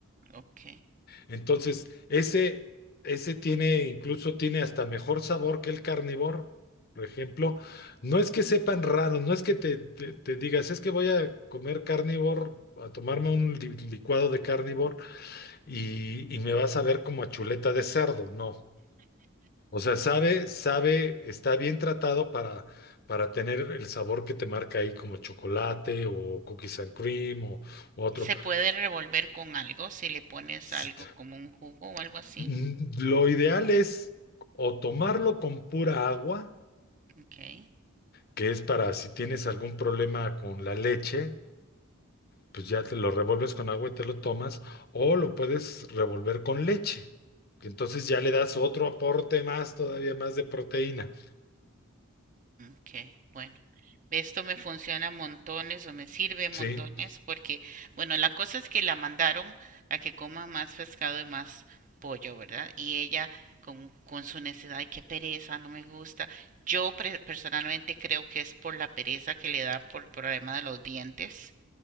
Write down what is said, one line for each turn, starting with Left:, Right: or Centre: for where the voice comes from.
Right: ok.
Left: Entonces, ese, ese tiene, incluso tiene hasta mejor sabor que el carnívoro. Por ejemplo, no es que sepan raro, no es que te, te te digas, es que voy a comer carnívoro, a tomarme un li- licuado de carnívoro y, y me vas a ver como a chuleta de cerdo, no. O sea, sabe, sabe, está bien tratado para, para tener el sabor que te marca ahí como chocolate o cookies and cream o, o otro.
Right: Se puede revolver con algo, si le pones
Left: S-
Right: algo como un jugo o algo así,
Left: mm, Lo ideal es o tomarlo con pura agua,
Right: ok,
Left: que es para si tienes algún problema con la leche, pues ya te lo revuelves con agua y te lo tomas, o lo puedes revolver con leche, que entonces ya le das otro aporte más, todavía más de proteína.
Right: ok, bueno. Esto me funciona montones o me sirve montones
Left: Sí,
Right: porque, bueno, la cosa es que la mandaron a que coma más pescado y más pollo, ¿verdad? Y ella con, con su necesidad, ay, qué pereza, no me gusta. Yo pre- personalmente creo que es por la pereza que le da por el problema de los dientes,